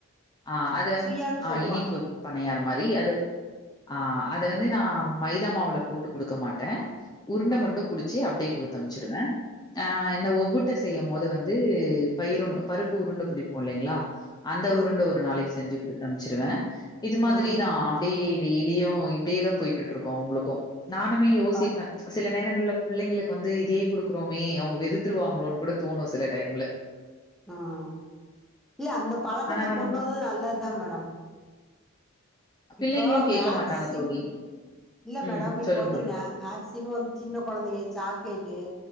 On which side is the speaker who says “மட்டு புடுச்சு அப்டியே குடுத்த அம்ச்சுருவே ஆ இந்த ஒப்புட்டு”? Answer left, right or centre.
Left